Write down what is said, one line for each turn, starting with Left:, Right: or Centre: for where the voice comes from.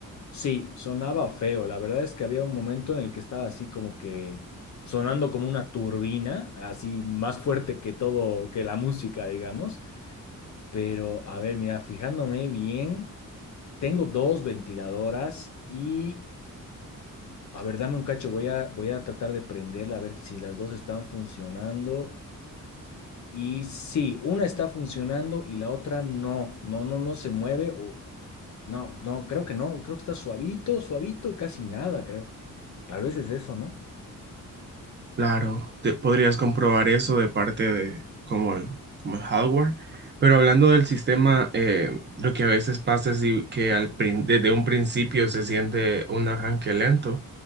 Left: Sí, sonaba feo. La verdad es que había un momento en el que estaba así como que sonando como una turbina, así más fuerte que todo, que la música, digamos. Pero a ver, mira, fijándome bien, tengo dos ventiladoras y A ver, dame un cacho, voy a, voy a tratar de prenderla a ver si las dos están funcionando. Y sí, una está funcionando y la otra no, no, no, no se mueve. O... No, no, creo que no, creo que está suavito, suavito, casi nada, creo. Tal vez es eso, ¿no?
Right: Claro, te- podrías comprobar eso de parte de como el, como el hardware, pero hablando del sistema, eh, lo que a veces pasa es di- que al, prin- desde un principio se siente un arranque lento